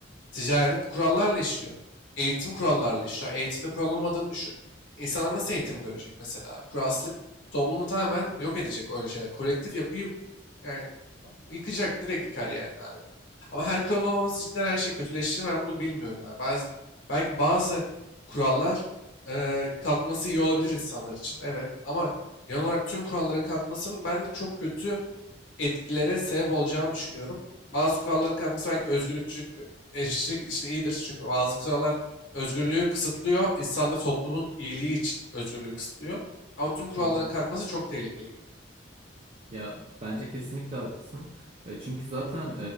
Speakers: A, on the left; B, on the right.
A: Ticaret kurallarla işliyor. Eğitim kurallarla işliyor. Eğitimde kural olmadığını düşün. İnsanlar nasıl eğitim
B: hı hı,
A: görecek mesela abi? Kuralsızlık toplumu tamamen yok edecek öyle şeyler. Kolektif yapıyı yani yıkacak, direkt yıkar yani abi. Ama her kuralın olmaması cidden her şeyi kötüleştirir. mi? Ben bunu bilmiyorum abi. Bazı, belki bazı kurallar eee, kalkması iyi olabilir insanlar için. Evet ama genel olarak tüm kuralların kalkmasının ben de çok kötü etkilere sebep olacağını düşünüyorum. Bazı kuralların kalkması belki özgürlükçülük ve eşitlik için iyidir. Çünkü bazı kurallar özgürlüğü kısıtlıyor. İnsanla toplumun iyiliği için özgürlüğü kısıtlıyor. Ama tüm kuralların
B: hı hı.
A: kalkması çok tehlikeli gibi.
B: Ya bence kesinlikle haklısın. Ya çünkü zaten